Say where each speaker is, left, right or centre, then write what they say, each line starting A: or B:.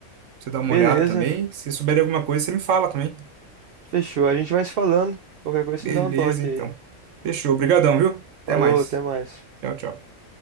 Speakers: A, on the right; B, on the right.
A: você dá uma
B: Beleza.
A: olhada também. Se souber de alguma coisa, você me fala também.
B: Fechou. A gente vai se falando. Qualquer coisa,
A: Beleza,
B: você me dá um toque
A: então.
B: aí.
A: Fechou. Obrigadão, viu? Até
B: Falou,
A: mais.
B: até mais.
A: Tchau, tchau.